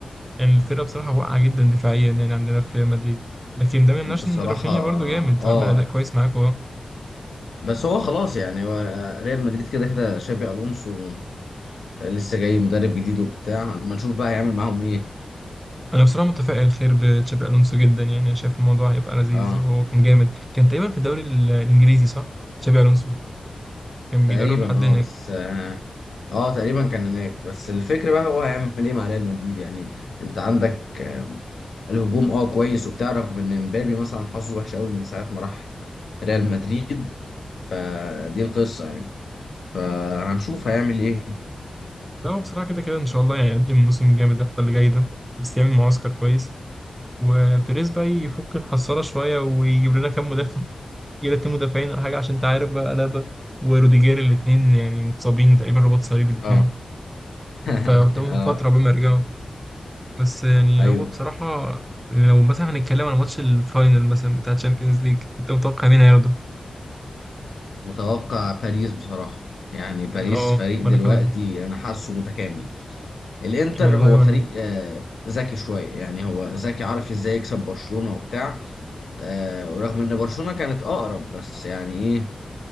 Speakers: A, on the right; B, on the left.
A: يعني الفرقة بصراحة واقعة جدا دفاعيا يعني عندنا في ريال مدريد لكن ده ما يمنعش
B: بصراحه
A: ان رافينيا برضو جامد
B: اه
A: وعمل اداء كويس معاكوا اهو.
B: بس هو خلاص يعني هو ريال مدريد كده كده شابي الونسو لسه جاي مدرب جديد وبتاع اما نشوف بقى هيعمل معاهم ايه
A: انا بصراحه متفائل خير بتشابي الونسو جدا يعني أنا شايف الموضوع هيبقى لذيذ
B: اه
A: وهو كان جامد كان تقريبا في الدوري ال- الانجليزي صح تشابي الونسو كان
B: تقريبا
A: بيدرب حد
B: اه
A: هناك
B: بس اه آه، تقريبا كان هناك بس الفكرة بقى هو هيعمل ايه مع ريال مدريد يعني انت عندك آم، الهجوم اه كويس وبتاع رغم ان مبابي مثلا حظه وحش قوي من ساعة ما راح ريال مدريد فدي القصة يعني فهنشوف هيعمل ايه
A: لا هو بصراحه كده كده ان شاء الله يعني يقدم موسم جامد الفتره اللي جايه ده بس يعمل معسكر كويس وبيريز بقى يفك الحصاله شويه ويجيب لنا كام مدافع <laughs> يجيب لنا اتنين مدافعين ولا حاجه عشان انت عارف بقى لابا وروديجير الاثنين يعني متصابين تقريبا رباط صليبي الاثنين
B: اه <laughs>
A: فقدامهم
B: اه
A: فتره قبل ما يرجعوا بس يعني
B: ايوه
A: هو بصراحة لو مثلا هنتكلم عن ماتش الفاينل مثلا بتاع تشامبيونز ليج انت متوقع مين هياخده؟
B: متوقع باريس بصراحة يعني باريس
A: اه
B: فريق
A: وانا
B: دلوقتي
A: كمان
B: انا حاسه متكامل الانتر
A: والله
B: هو
A: وانا
B: فريق آه، ذكي شوية يعني هو ذكي عارف ازاي يكسب برشلونة وبتاع آه ورغم ان برشلونة كانت اقرب بس يعني ايه